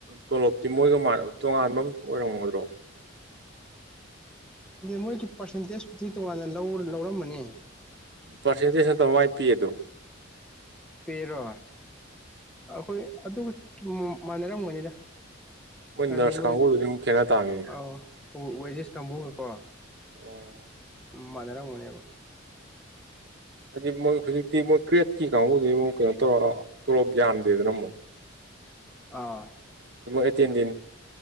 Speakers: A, on the right; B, in the centre.
A: ꯇꯣꯂꯣꯞ ꯇ ꯃꯣꯏꯒ ꯇꯣꯉꯥꯟꯕ ꯑꯃ ꯑꯣꯏꯔꯝꯒꯗ꯭ꯔꯣ
B: ꯃꯣꯏꯒꯤ ꯄꯥꯔꯁꯦꯟꯇꯦꯖꯄꯨꯗꯤ ꯇꯣꯉꯥꯟꯅ ꯂꯧꯔꯃꯅꯤ
A: ꯄꯊꯗꯁ ꯇ ꯃꯥꯏ ꯄꯤꯌꯦꯗ
B: ꯄꯦꯔꯣ ꯑꯩꯈꯣꯏ ꯑꯗꯨ ꯃꯥꯟꯅꯔꯝꯒꯅꯤꯗ ꯍꯥꯏꯗꯤ
A: ꯅꯔꯁ
B: ꯃꯣꯏ
A: ꯀꯥꯡꯕꯨꯗꯨꯗꯤ ꯑꯃꯨꯛ ꯈꯦꯠꯅ ꯇꯥꯃꯤꯅꯦ
B: ꯑ ꯋꯦꯖꯦꯁ ꯀꯥꯡꯕꯨꯒꯀꯣ ꯑꯗꯨꯝ
A: ꯑꯣ
B: ꯃꯥꯟꯅꯔꯝꯒꯅꯦꯕ
A: ꯍꯥꯏꯗꯤ ꯃꯣꯏ ꯍꯧꯖꯤꯛꯇꯤ ꯃꯣꯏ ꯀ꯭ꯔꯦꯠꯀꯤ ꯀꯥꯡꯕꯨꯗꯤ ꯑꯃꯨꯛ ꯀꯩꯅꯣ ꯇꯧꯔ ꯇꯣꯂꯣꯞ ꯌꯥꯝꯗꯦꯗꯅ ꯑꯃꯨꯛ
B: ꯑ
A: ꯑꯦ ꯇꯤꯟꯗꯤ